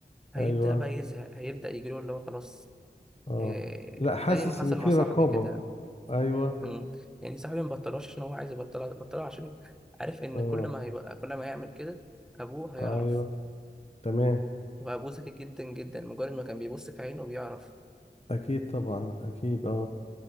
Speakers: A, in the centre; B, on the left (about 35°).
A: هيبدأ
B: ايوه
A: بقى يزهق هيبدأ يجيله اللي هو خلاص
B: اه
A: آه
B: لا حاسس
A: زي ما حصل
B: ان في
A: مع صاحبي
B: رقابة
A: كده
B: ايوه
A: امم يعني صاحبي ما بطلهاش عشان هو عايز يبطلها بطلها عشان عارف ان
B: اه
A: كل ما هيبقى كل ما يعمل كده ابوه هيعرف
B: ايوه تمام
A: وابوه ذكي جدا جدا مجرد ما كان بيبص في عينه بيعرف
B: اكيد طبعا اكيد اه